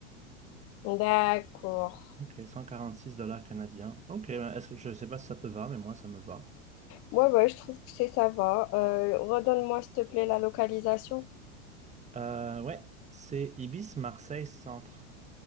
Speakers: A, on the left; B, on the right.
A: D'accord.
B: Ok, 146 dollars canadiens. Ok, ben, est-ce que- je sais pas si ça te va, mais moi, ça me va.
A: Ouais, ouais, je trouve que c'est ça va. Euh, redonne-moi, s'il te plaît, la localisation.
B: Euh, ouais, c'est Ibis Marseille Centre.